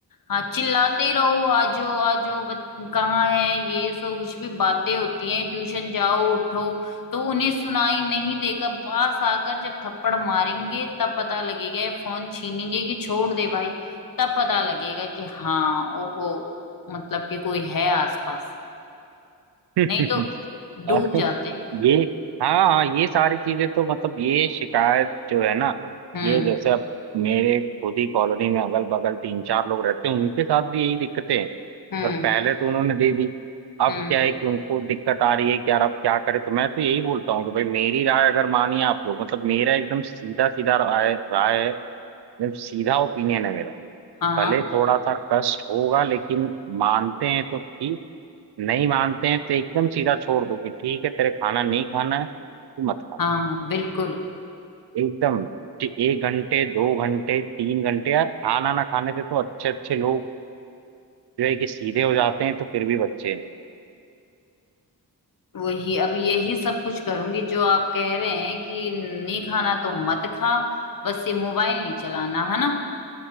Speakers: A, on the left; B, on the right.
A: हाँ चिल्लाते रहो आ जाओ आ जाओ बच कहाँ है ये सो कुछ भी बातें होती हैं ट्यूशन जाओ उठो तो उन्हें सुनाई नहीं देगा पास आकर जब थप्पड़ मारेंगे तब पता लगेगा ये फोन छीनेंगे कि छोड़ दे भाई तब पता लगेगा कि हाँ ओहो मतलब कि कोई है आसपास
B: में
A: नहीं तो
B: <laughs> अरे
A: डूब जाते
B: ये हाँ हाँ ये सारी चीजें तो मतलब ये शिकायत जो है ना
A: हम्म
B: ये जैसे अब मेरे खुद ही कॉलोनी में अगल बगल तीन चार लोग रहते हैं उनके साथ भी यही दिक्कतें हैं
A: हम्म
B: पर पहले तो उन्होंने दे दी अब
A: हम्म
B: क्या है कि उनको दिक्कत आ रही है कि यार अब क्या करें तो मैं तो यही बोलता हूँ कि भाई मेरी राय अगर मानिए आप लोग मतलब मेरा एकदम सीधा सीधा राय राय है एकदम सीधा ओपिनियन है मेरा
A: हाँ
B: भले थोड़ा सा कष्ट होगा लेकिन मानते हैं तो ठीक नहीं मानते हैं तो एकदम सीधा छोड़ दो कि ठीक है तेरे खाना नहीं खाना है तो मत खा
A: हाँ बिल्कुल
B: एकदम कि एक घंटे दो घंटे तीन घंटे यार खाना ना खाने से तो अच्छे अच्छे लोग जो है कि सीधे हो जाते हैं तो फिर भी बच्चे हैं।
A: वही अब यही सब कुछ करूंगी जो आप कह रहे हैं कि नहीं खाना तो मत खा बस ये मोबाइल नहीं चलाना है ना